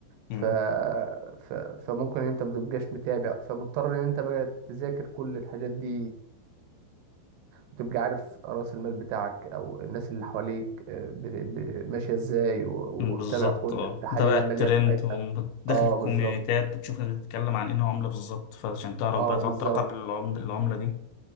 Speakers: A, on the left (about 80°); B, on the right (about 75°).
A: مم.
B: ف... ف... فممكن انت متبقاش متابع فمضطر ان انت بقى تذاكر كل الحاجات دي وتبقى عارف رأس المال بتاعك او الناس اللي حواليك آه، ب... ب... ماشية ازاي و...
A: مم.
B: ومتابع
A: بالظبط
B: كل
A: اه
B: التحاليل
A: متابع الترند
B: المالية بتاعتها
A: وداخل
B: اه
A: الكوميونيتات
B: بالظبط
A: بتشوف ناس بتتكلم عن انه عمله بالظبط فعشان تعرف
B: اه
A: بقى تعرف
B: بالظبط
A: تراقب العمله العملة دي